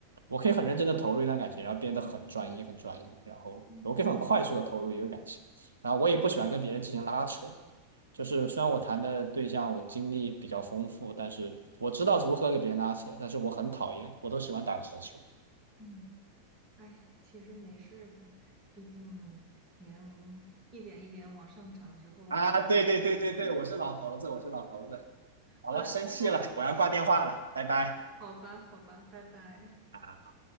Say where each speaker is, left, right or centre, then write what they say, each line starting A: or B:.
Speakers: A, on the right; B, on the right.
A: 我可以很认真的投入一段感情，然后变得很专一，很专一，然后我可以很快速的投入一个感情，
B: 嗯
A: 然后我也不喜欢跟别人进行拉扯。就是虽然我谈的对象我经历比较丰富，但是我知道如何给别人拉扯，但是我很讨厌，我都喜欢打直球。
B: 嗯，哎，其实没事儿的，毕竟年龄一点一点往上涨之后，
A: 啊，对对对对对，
B: <laughs> 我的
A: 我是老头子，我是老头子。好了，
B: 我的步步，
A: 生气了，我要挂电话了，拜拜。
B: 好吧，好吧，拜拜。
A: 啊！